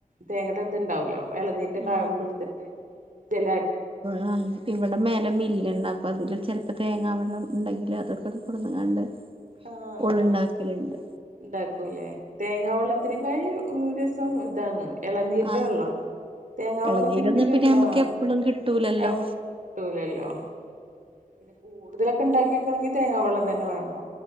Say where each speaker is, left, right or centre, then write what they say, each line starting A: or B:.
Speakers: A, on the right; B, on the right.
A: തേങ്ങയുടെ ഇത്ണ്ടാവലോ? വിളനീരിന്റെ
B: ആ
A: കഴമ്പ് എടുത്തിട്ട് ജല
B: ആ <unintelligible> ഇവിടെ മേലെ മില്ലുണ്ട് അപ്പൊ അതില് ചിലപ്പോ തേങ്ങ വെള്ളം ഉണ്ടെങ്കിൽ അതൊക്ക കുണ്ടുങ്ങാണ്ട്
A: ആഹ്
B: ഉള്ണ്ടാക്കലുണ്ട്.
A: ആഹ് ഉണ്ടാക്കൂല്ലേ തേങ്ങ വെള്ളത്തിനെക്കായി രസം ഇതാണ് ഇളനീരിടെ
B: ആ
A: വെള്ളാണ്. തേങ്ങാവെള്ളത്തിന്
B: ഇളനീരൊന്നും
A: പിന്നെ ഒരു
B: നമുക്ക്
A: ആ
B: എപ്പളും കിട്ടൂലല്ലോ
A: എ കിട്ടൂലല്ലോ പിന്നെ കൂടുതലക്കെ ഉണ്ടാക്കി വക്കണമെങ്ക തേങ്ങ വെള്ളം തന്നെ വേണം..